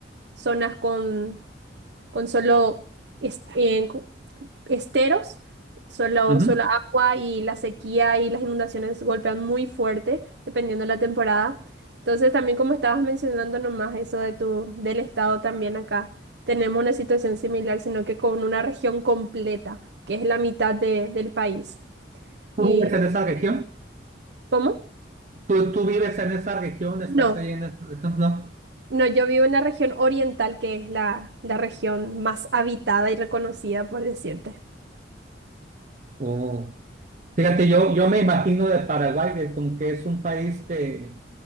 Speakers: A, on the right (about 65°); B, on the right (about 40°).
A: zonas con, con solo, es- en- esteros, solo,
B: Ujú.
A: solo agua y la sequía y las inundaciones golpean muy fuerte, dependiendo de la temporada. Entonces, también como estabas mencionando nomás eso de tu, del estado también acá, tenemos una situación similar, sino que con una región completa, que es la mitad de- del país.
B: ¿Tú
A: ¿Y
B: vives en esa región?
A: cómo?
B: ¿Tú, tú vives en esa región? ¿Estás
A: No,
B: ahí en esa región? No.
A: no, yo vivo en la región oriental, que es la, la región más habitada y reconocida, por decirte.
B: O- Fíjate, yo, yo me imagino de Paraguay, que como que es un país que,